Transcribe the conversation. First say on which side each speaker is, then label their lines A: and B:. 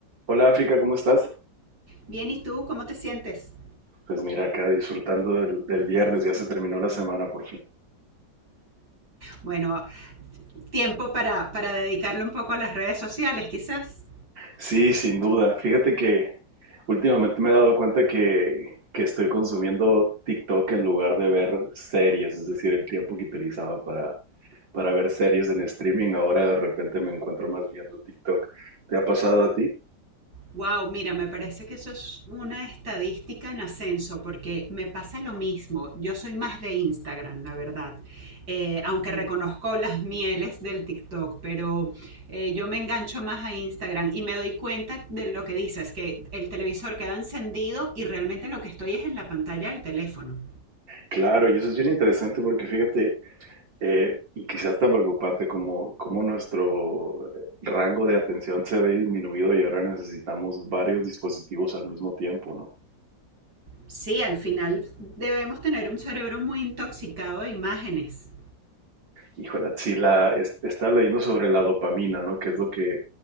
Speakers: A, on the right (about 90°); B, on the right (about 65°).
A: Hola África, ¿cómo estás?
B: Bien, ¿y tú cómo te sientes?
A: Pues mira, acá disfrutando del, del viernes, ya se terminó la semana por fin.
B: Bueno, tiempo para, para dedicarle un poco a las redes sociales, quizás.
A: Sí, sin duda. Fíjate que últimamente me he dado cuenta que, que estoy consumiendo TikTok en lugar de ver series, es decir, el tiempo que utilizaba para, para ver series en streaming, ahora de repente me encuentro más viendo TikTok. ¿Te ha pasado a ti?
B: Wow, mira, me parece que eso es una estadística en ascenso porque me pasa lo mismo. Yo soy más de Instagram, la verdad. Eh, aunque reconozco las mieles del TikTok, pero eh, yo me engancho más a Instagram y me doy cuenta de lo que dices, que el televisor queda encendido y realmente lo que estoy es en la pantalla del teléfono.
A: Claro, y eso es bien interesante porque fíjate, Eh, y quizás tan preocupante como, como nuestro rango de atención se ve disminuido y ahora necesitamos varios dispositivos al mismo tiempo, ¿no?
B: Sí, al final debemos tener un cerebro muy intoxicado de imágenes.
A: Híjole, sí, la, es- estaba leyendo sobre la dopamina, ¿no? Que es lo que,